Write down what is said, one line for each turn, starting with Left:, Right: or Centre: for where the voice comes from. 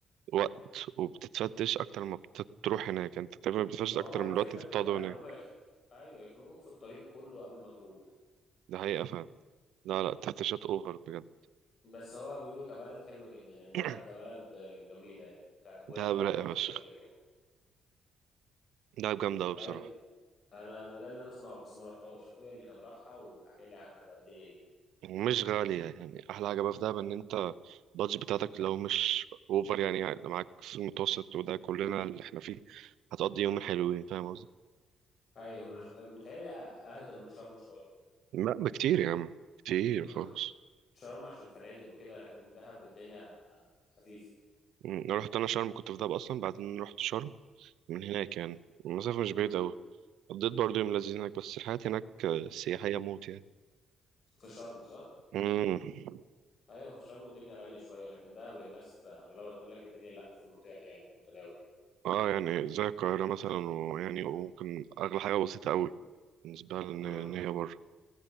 Right: وقت وبتتفتش اكتر ما بتروح هناك انت تقريبا بتتفتش
Left: ما هو
Right: اكتر
Left: الفكرة
Right: من الوقت انت
Left: في كده
Right: بتقعده
Left: بقى إن
Right: هناك
Left: هم يخ... أيوه يخنقوك في الطريق كله قبل ما تروح
Right: ده حقيقه فعلا لا لا تفتيشات اوفر بجد
Left: بس هو بيقولوا كبلد حلوة جدا يعني دهب
Right: <clears throat>
Left: كبلد آه، جميلة يعني كأجواء
Right: دهب
Left: بقى
Right: رايقه
Left: والدنيا
Right: فشخ
Left: وزي كده
Right: دهب جامده قوي
Left: أيوة
Right: بصراحه
Left: انا انا ده اللي انا اسمعه بس ما رحتهاش اخويا اللي كان راحها وحكى لي عنها بقى الدنيا دي
Right: مش غالية يعني أحلى حاجة بقى في دهب إن أنت البادج بتاعتك لو مش أوفر يعني, يعني لو معاك في المتوسط وده كلنا اللي إحنا فيه هتقضي يومين حلوين فاهم قصدي؟
Left: ايوه مش متهيألي اهدى من شرم شويه
Right: لا بكتير يا عم كتير
Left: امم
Right: خالص
Left: شرم عشان فنادق وكده لكن دهب الدنيا خفيفه
Right: أمم، أنا رحت أنا شرم كنت في دهب أصلا بعدين رحت شرم من هناك يعني المسافة مش بعيدة
Left: امم
Right: أوي قضيت برضه يوم لذيذ هناك بس الحياة هناك آه، سياحية موت يعني
Left: في شرم صح
Right: امم
Left: ايوه في شرم الدنيا غاليه شويه لكن دهب الناس اغلبها بتقول لك الدنيا لا في المتاح يعني في المتناول
Right: اه يعني زي القاهرة مثلا ويعني وممكن أغلى حاجة بسيطة أوي بالنسبة لنا إن
Left: امم
Right: إن هي بره